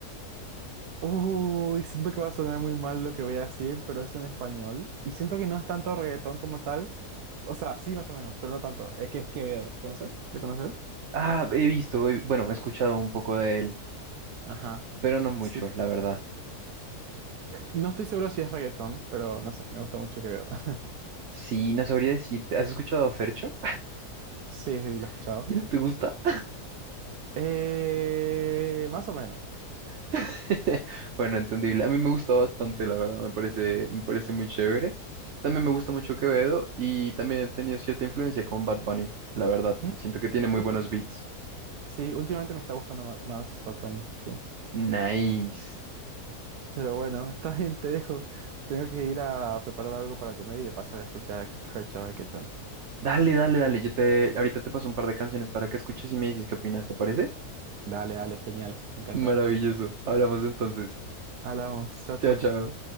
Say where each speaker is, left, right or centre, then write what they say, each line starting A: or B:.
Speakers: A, on the right (about 80°); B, on the right (about 55°).
A: Uy, siento que va a sonar muy mal lo que voy a decir, pero es en español. Y siento que no es tanto reggaetón como tal. O sea, sí, más o menos, pero no tanto. Es que es Quevedo. ¿Conoces? ¿Le conoces?
B: Ah, he visto, he- bueno, he escuchado un poco de él,
A: Ajá.
B: pero no mucho,
A: Sí.
B: la verdad.
A: No estoy seguro si es reggaetón, pero no sé, me gusta mucho Quevedo. <laughs>
B: Sí, no sabría decirte. ¿Has escuchado a Fercho?
A: Sí, sí, lo he escuchado.
B: <laughs> ¿Y no te gusta?
A: Eh, más o menos.
B: <laughs> Bueno, entendible. A mí me gusta bastante, la verdad. Me parece, me parece muy chévere. También me gusta mucho Quevedo y también he tenido cierta influencia con Bad Bunny, la verdad.
A: Mm,
B: Siento que tiene muy
A: ulti-
B: buenos beats.
A: sí, últimamente me está gustando ma- más Bad Bunny, sí.
B: Nice.
A: Pero bueno, está bien, te dejo. Tengo que ir a preparar algo para comer y de paso voy a escuchar a Fercho a ver qué tal.
B: Dale, dale, dale. Yo te, ahorita te paso un par de canciones para que escuches y me dices qué opinas, ¿te parece?
A: Dale, dale, genial, me encanta.
B: Maravilloso. Hablamos entonces.
A: Hablamos, chao, chao.
B: Chao, chao.